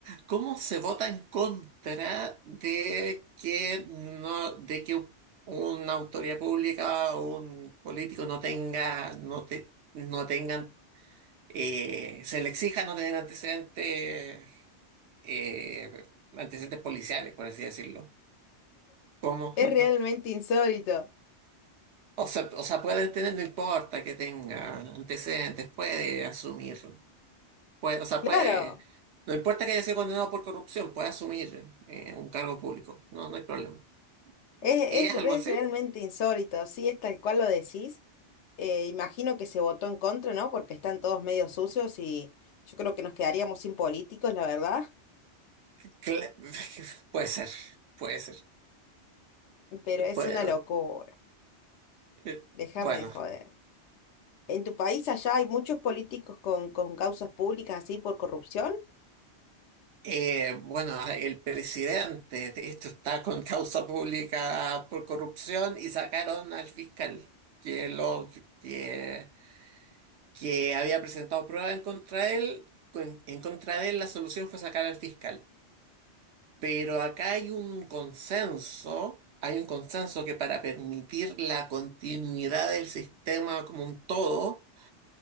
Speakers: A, on the right (about 70°); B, on the left (about 75°).
A: ¿Cómo se vota en contra de que no, de que un- una autoridad pública o un político no tenga, no te, no tengan, eh, se le exija no tener antecedentes eh, antecedentes policiales, por así decirlo. ¿Cómo?
B: Es
A: <laughs>
B: realmente insólito.
A: O sea, o sea, puede tener, no importa que tenga antecedentes, puede asumir, puede, o sea,
B: Claro.
A: puede, no importa que haya sido condenado por corrupción, puede asumir eh, un cargo público, no, no hay problema.
B: Es,
A: ¿Es
B: es,
A: algo
B: es
A: así?
B: realmente insólito, sí, es tal cual lo decís. Eh, imagino que se votó en contra, ¿no? Porque están todos medio sucios y yo creo que nos quedaríamos sin políticos, la verdad.
A: Cla- <laughs> puede ser, puede ser.
B: Pero es
A: Puede-
B: una locura.
A: eh,
B: Déjame
A: bueno.
B: de joder. ¿En tu país allá hay muchos políticos con, con causas públicas así por corrupción?
A: Eh, bueno, el presidente, de hecho, está con causa pública por corrupción y sacaron al fiscal que, lo, que, que había presentado pruebas en contra de él. con- En contra de él, la solución fue sacar al fiscal. Pero acá hay un consenso, hay un consenso que para permitir la continuidad del sistema como un todo,